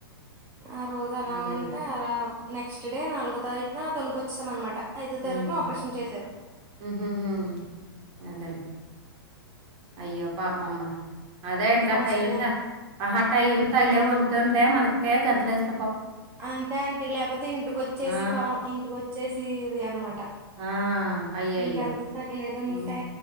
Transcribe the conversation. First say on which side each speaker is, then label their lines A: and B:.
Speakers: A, on the right; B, on the right.
A: ఆ రోజు అలా
B: అదేలే.
A: ఉంటే అలా నెక్స్ట్ డే నాలుగో తారీఖున తణుకుచేసాం అనమాట ఐదో
B: హ్మ్.
A: తారీఖున ఆపరేషన్ చేశారు
B: హుహుహు. అదేలే. అయ్యో పాపం మమ్మ అదే ఇంకా
A: ఫాస్ట్
B: టైం ఉంత
A: గానే
B: ఆహా టైం తగిలే
A: ఉమ్,
B: వంతు ఉంటే మనకే గంతులేస్
A: అంతే అంటీ లేకపోతే ఇంటికొచ్చేసి
B: ఆ!
A: పలం ఇంటికోచ్చేసి ఇది అనమాట.
B: ఆ అయయ్యో
A: ఇంకంత తగలేదంటే
B: హ్మ్